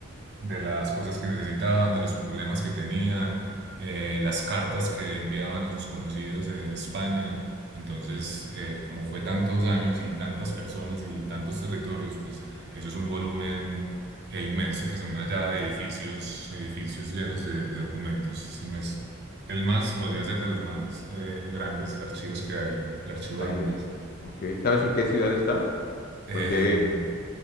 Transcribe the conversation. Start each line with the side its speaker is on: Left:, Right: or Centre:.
Right: de las cosas que necesitaban, de los problemas que tenían, eh, las cartas que enviaban a sus conocidos en España. Entonces, eh, como fue tantos años y tantas personas y tantos territorios, pues eso es un volumen eh, inmenso que son allá edificios, edificios llenos de, de documentos, si no es el más, podría
Left: Sí.
Right: ser de los más eh, grandes archivos que hay, el archivo
Left: Vale.
Right: de Indias.
Left: Ok, ¿sabes en qué ciudad está?
Right: En-
Left: ¿O en qué?